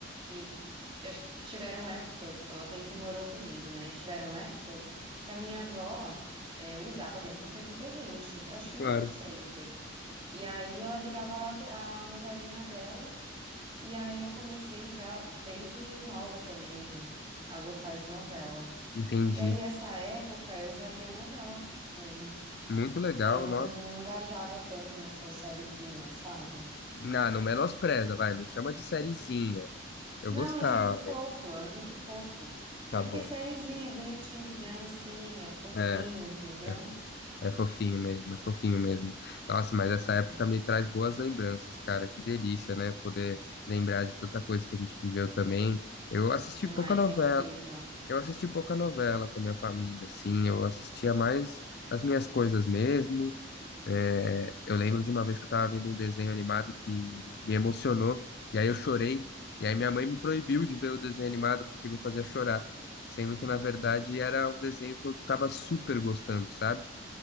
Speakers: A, on the right; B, on the left.
A: e acho que tiveram épocas, ela sempre morou comigo, né? E tiveram épocas que a minha avó é, usava a mesma TV que a gente. Eu acho que
B: Claro,
A: não sempre. E aí ela ligava lá a te- a novelinha dela, e aí eu comecei já desde nova também a gostar de novela.
B: entendi.
A: E aí, essa época, eu já via novela mesmo.
B: Muito legal,
A: E aí não,
B: nossa.
A: não engajava tanto nessa sériezinha, sabe?
B: Não, não menospreza, vai. Não chama de sériezinha. Eu
A: Não,
B: gostava.
A: é um jeito fofo, é um jeito fofo.
B: Tá
A: É
B: bom.
A: porque sériezinha, é bonitinho, criancinha, é fofinho,
B: É
A: entendeu?
B: é é fofinho mesmo, é fofinho mesmo. Nossa, mas essa
A: É,
B: época me traz boas lembranças, cara. Que delícia, né? Poder lembrar de tanta coisa que a gente viveu também. Eu assisti
A: demais,
B: pouca novela,
A: é incrível.
B: eu assisti pouca novela com a minha família, assim. Eu assistia mais as minhas coisas mesmo. É, eu lembro de uma vez que eu tava vendo um desenho animado que me emocionou, e aí eu chorei, e aí minha mãe me proibiu de ver o desenho animado porque me fazia chorar. Sendo que, na verdade, era um desenho que eu tava super gostando, sabe?